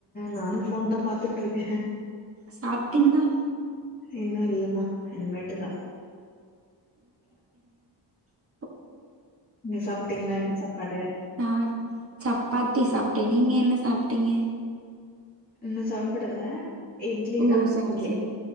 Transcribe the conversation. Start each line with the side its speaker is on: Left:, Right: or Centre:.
Left: நானு போன் தா பாத்துட்டு இருக்கே
Right: சாப்டீங்களா
Left: இன்னும் இல்லம்மா இனிமேட்டு தா
Right: க
Left: நீ சாப்ட்டீங்களா என்ன சாப்பாடு
Right: நா சப்பாத்தி சாப்டே நீங்க என்ன சாப்டீங்க
Left: இன்னு சாப்புடல இட்லி
Right: ஓ
Left: தா
Right: சாரி
Left: இங்க
Right: சாரி